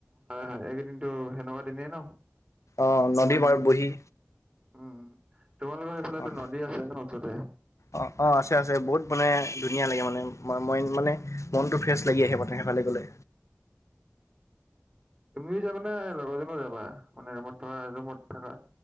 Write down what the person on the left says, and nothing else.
অ নদী
পাৰত বহি
অ'
অ অ আছে আছে বহুত মানে ধুনীয়া লাগে মানে মা মইন্ড মানে মনটো ফ্ৰেছ লাগি আহে মথ ভালে গ'লে